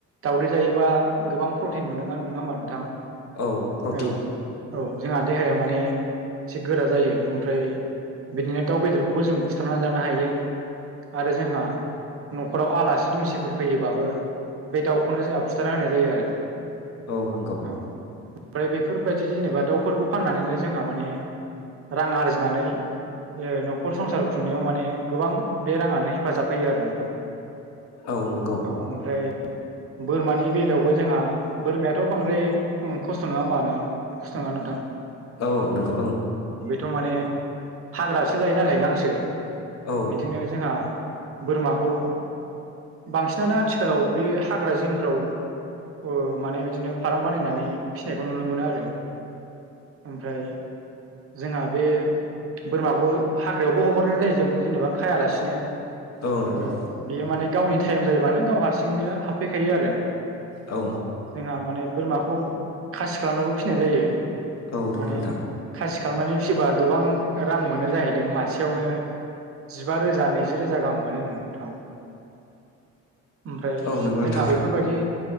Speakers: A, on the right; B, on the left.
A: दावदै जायोबा गोबां प्रटिन मोनो नोङा होमबा नोंथां?
B: औ प्रटिन।
A: औ औ जोंहा देहाया माने एसे गोरा जायो ओमफ्राय बिदिनो दाउ बेदरखौबो जों फुथारना जानो हायो आरो जोंहा न'खराव आला सि दुमसिफोर फैयोबाबो बे दाउखौनो जोंहा फुथारना होनाय जायो आरो।
B: औ नंगौ।
A: औ ओमफ्राय बेफोरबायदि जेनेबा दाउफोरखौ फाननानैनो जोंहा माने रां आरजिनानै ओ न'खर संसार खुंनायाव माने गोबां बे राङानो हे फाजाब होयो आरो नोंथां
B: औ नंगौ
A: औ ओमफ्राय बोरमानि बेलायावबो जोंहा बोरमायाथ' बांद्राय ओं खस्थ' नोङा होमबा ना खस्थ' नङा नोंथां।
B: औ नंगौ ओं।
A: थ' माने हाग्रासो जायो नालाय गांसो
B: औ
A: बिदिनो जोंहा बोरमाखौ बांसिनानो आथिखालाव बे हाग्रा जिंफ्राव ओ माने बिदिनो फाराम बानायनानै फिसिनायखौ नुनो मोनो आरो। ओमफ्राय जोंहा बे बोरमाखौ हाग्रायावबो हगारनाय जायो जेब-जेनेबा खायालासिनो
B: औ नंगौ
A: ओ बेयो माने गावनि टाइम जायोबानो गाव हारसिंनो हाबफैखायो आरो
B: औ
A: जोंहा माने बोरमाखौ खासि खालामनाबो फिसिनाय जायो।
B: औ
A: माने
B: नोंगौ नोंथां।
A: खासि खालामनानै फिसिबा गोबां रां मोनो जाहैदों मासेयावनो जिबा रोजा नैजि रोजा गाहाम मोनो नोंथां ओमफ्राय
B: औ नंगौ
A: जोंहा
B: नोंथां
A: बेफोरबायदि